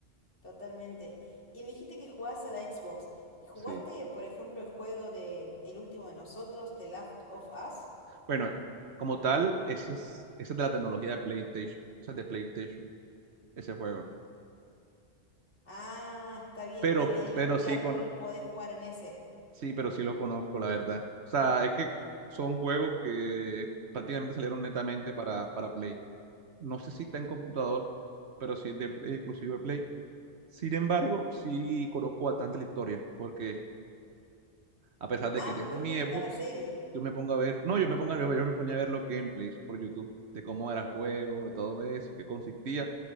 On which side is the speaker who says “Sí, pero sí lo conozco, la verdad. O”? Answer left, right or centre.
Right